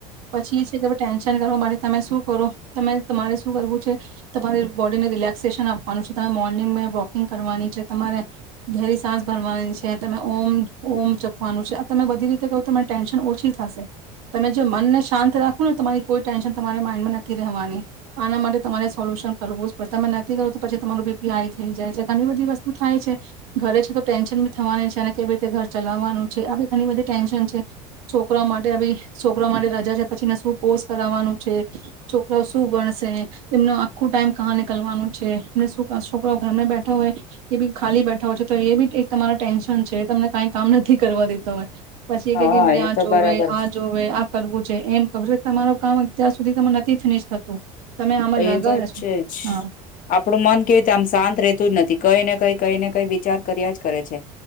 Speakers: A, on the right; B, on the left.
A: પછી એ છે કે ભ ટેન્શન કરવા માટે તમે શું કરો તમે મારે શું કરવું છે તમારે બોડીને રિલેક્સેશન આપવાનું છે. તમે મોર્નિંગ મે વોકિંગ કરવાની છે. તમારે ઘેરી સાસ ભરવાની છે. તમે ઓમ ઓમ જપવાનું છે. આ તમે બધી રીતે કરો તમારી ટેન્શન ઓછી થાશે. તમે જો મનને શાંત રાખો ને તમારી કોઈ ટેન્શન તમારે માઇન્ડમાં નથી રહેવાની. આના માટે તમારે સોલ્યુશન કરવું જ પડશે. તમે નથી કરું તો પછી તમારું બીપી હાઈ થઈ જાય છે. ઘણી બધી વસ્તુ થાય છે ઘરે છે તો ટેન્શન બી થવાની છે અને કેવી રીતે ઘર ચલાવવાનું છે. આવી ઘણી બધી ટેન્શન છે. છોકરા માટે ભી છોકરા મારી રજા છે. પછીને શું કોર્સ કરાવવાનું છે. છોકરા શું ભણશે? એનો આખું ટાઈમ કાં નીકલવાનું છે. એ છોકરા ઘરને બેઠા હોય એ બી ખાલી બેઠા હોય છે તો એ બી તમારા ટેન્શન છે તમને કઈ કામ નથી કરવા દેતા હોય પછી
B: હા
A: કે કે એમને
B: એ
A: આ
B: તો
A: જોવે
B: બરાબર
A: આ
B: છે
A: જોવે આ કરવું છે એમ કરવું તમારું કામ અત્યાર સુધી ત નથી ફિનિશ થતું તમે આમાં
B: એ
A: લગા
B: તો જ
A: રહેશો
B: છે જ.
A: હા
B: આપડું મન કેવીતે આમ શાંત રે ું જ નથી કઈ ને કઈ કઈ ને કઈ વિચાર કર્યા જ કરે છે